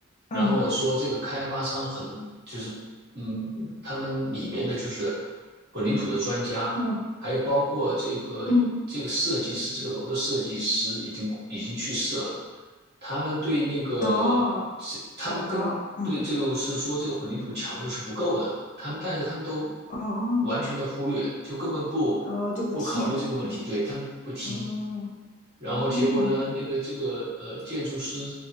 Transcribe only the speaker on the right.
然后说这个开发商很就是，
嗯，他们里面的就是混凝土的专家，
还有包括这个这个设计师，
这个楼的设计师已经已经去世了，他们对那个这，
他们跟对这个是说这个混凝土强度是不够的，
他们但是他们都
完全的忽略，就根本不不考虑这个问题，
对，他们不听。
然后结果呢，
那个这个呃建筑师